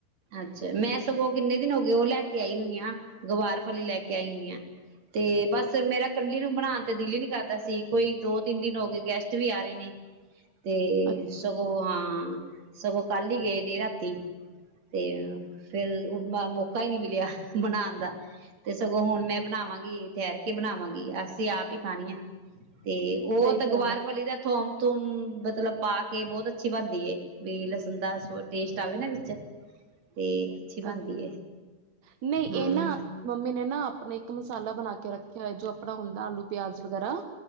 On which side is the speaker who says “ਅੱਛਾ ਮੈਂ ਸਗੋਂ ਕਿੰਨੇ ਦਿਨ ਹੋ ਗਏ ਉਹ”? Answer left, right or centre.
Right